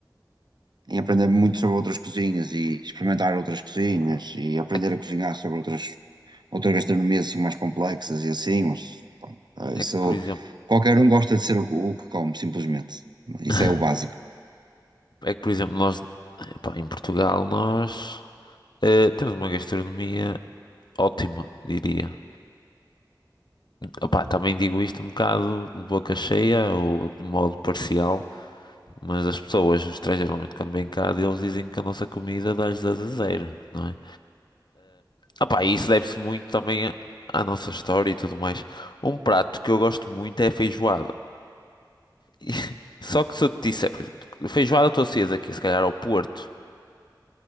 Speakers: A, on the right; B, on the left.
A: em aprender muito sobre outras cozinhas e experimentar outras cozinhas e aprender
B: é, que,
A: a cozinhar sobre outras, outras gastronomias assim mais complexas e assim, mas eh,
B: é
A: isso
B: que, por exemplo,
A: qualquer um gosta de ser o, o que come, simplesmente. Isso
B: <laughs>
A: é o básico.
B: é que, por exemplo, nós, epá, em Portugal, nós ah, temos uma gastronomia ótima, diria. Opá, também digo isto um bocado de boca cheia ou de modo parcial, Mas as pessoas, os estrangeiros, geralmente quando vêm cá, eles dizem que a nossa comida dá-lhes 10 a zero, não é? Ah, opá, e isso deve-se muito também à à nossa história e tudo mais. Um prato que eu gosto muito é a feijoada. E- <laughs> Só que se eu te disser, por exemplo, feijoada estou acesa aqui, se calhar ao Porto,